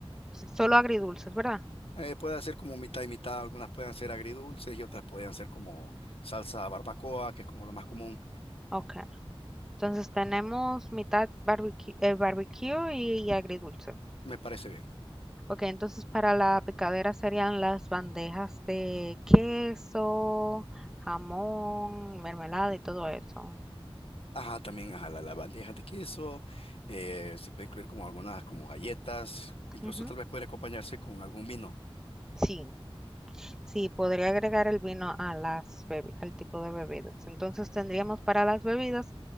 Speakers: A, in the centre; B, on the left (about 70°).
A: S- Solo agridulces, ¿verdad?
B: Eh, puede ser como mitad y mitad, algunas pueden ser agridulces y otras pueden ser como salsa barbacoa, que es como lo más común.
A: Ok. Entonces, tenemos mitad barbecue, eh, barbecue y agridulce.
B: Me parece bien.
A: Ok, entonces para la picadera serían las bandejas de queso, jamón, mermelada y todo eso.
B: Ajá, también ajá, la, la bandeja de queso, eh, se puede incluir como algunas como galletas, incluso
A: Ujú.
B: tal vez puede acompañarse con algún vino
A: Sí, Sí, podría agregar el vino a las bebi- al tipo de bebidas. Entonces tendríamos para las bebidas